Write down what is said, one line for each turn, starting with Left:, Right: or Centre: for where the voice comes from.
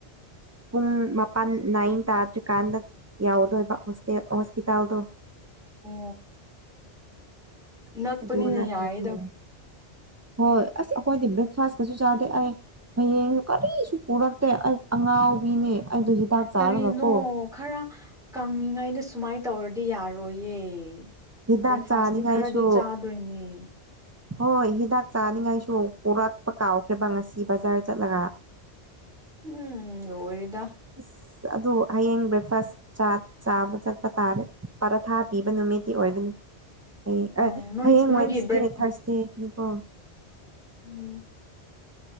Right: ꯄꯨꯡ ꯃꯥꯄꯥꯟ ꯅꯥꯏꯟ ꯇꯥꯗ꯭ꯔꯤꯀꯥꯟꯗ ꯌꯥꯎꯗꯣꯏꯕ ꯍꯣꯁꯇꯦꯜ ꯍꯣꯁꯄꯤꯇꯥꯜꯗꯣ
Centre: ꯑꯣ ꯅꯛꯄꯅꯤꯅ
Right: ꯑꯗꯨ ꯅꯠꯇ꯭ꯔꯗꯤ
Centre: ꯌꯥꯏꯗ
Right: ꯌꯥꯏ ꯍꯣꯏ ꯑꯁ ꯑꯩꯈꯣꯏꯗꯤ ꯕ꯭ꯔꯦꯛꯐꯥꯁꯀꯁꯨ ꯆꯥꯗꯦ ꯑꯩ ꯍꯌꯦꯡꯗꯨ ꯀꯔꯤꯁꯨ ꯄꯨꯔꯛꯇꯦ ꯑꯩ ꯑꯉꯥꯎꯕꯤꯅꯦ ꯑꯩꯗꯣ ꯍꯤꯗꯥꯛ ꯆꯥꯔꯒꯀꯣ
Centre: ꯀꯔꯤꯅꯣ ꯈꯔ ꯀꯪꯉꯤꯉꯥꯏꯗ ꯁꯨꯃꯥꯏ ꯇꯧꯔꯗꯤ ꯌꯥꯔꯣꯏꯌꯦ
Right: ꯍꯤꯗꯥꯛ
Centre: ꯕ꯭ꯔꯦꯛꯐꯥꯁꯇꯤ
Right: ꯆꯥꯅꯤꯡꯉꯥꯏꯁꯨ
Centre: ꯈꯔꯗꯤ ꯆꯥꯗꯣꯏꯅꯦ
Right: ꯍꯣꯏ ꯍꯤꯗꯥꯛ ꯆꯥꯅꯤꯉꯥꯏꯁꯨ ꯄꯨꯔꯛꯄ ꯀꯥꯎꯈ꯭ꯔꯦꯕ ꯉꯁꯤ ꯕꯖꯥꯔ ꯆꯠꯂꯒ
Centre: ꯎꯝ ꯂꯣꯏꯔꯦꯗ
Right: ꯑꯁ ꯑꯗꯨ ꯍꯌꯦꯡ ꯕ꯭ꯔꯦꯛꯐꯥꯁ ꯆꯥ ꯆꯥꯕ ꯆꯠꯄ ꯇꯥꯔꯦ ꯄꯥꯔꯊꯥ ꯄꯤꯕ ꯅꯨꯃꯤꯠꯇꯤ ꯑꯣꯏꯕꯅꯤ ꯍꯌꯦꯡ
Centre: ꯑꯣ
Right: ꯑ
Centre: ꯅꯣꯏ
Right: ꯍꯌꯦꯡ
Centre: ꯅꯣꯏꯒꯤ
Right: ꯋꯦꯟꯁꯗꯦ
Centre: ꯕ꯭ꯔꯦꯛꯐꯥꯁ
Right: ꯊꯥꯔꯁ <unintelligible> ꯅꯤꯀꯣ
Centre: ꯎꯝ